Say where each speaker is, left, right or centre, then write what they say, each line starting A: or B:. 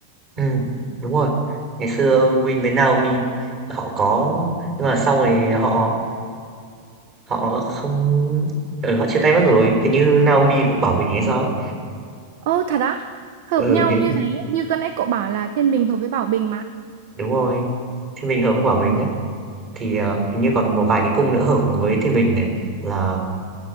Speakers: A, on the right; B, on the right.
A: Ừm, đúng rồi. Ngày xưa Win với Naomi họ có nhưng mà sau này họ họ không ừ, họ chia tay mất rồi. Hình như Naomi cũng Bảo Bình hay sao ấy.
B: Ô thật á hợp
A: Ừ,
B: nhau
A: cái
B: như thế như cái nãy cậu bảo là Thiên Bình hợp với Bảo Bình mà
A: đúng rồi. Thiên Bình hợp với Bảo Bình
B: Ừ.
A: ấy thì ờ, hình như còn một vài cái cung nữa hợp với Thiên Bình này là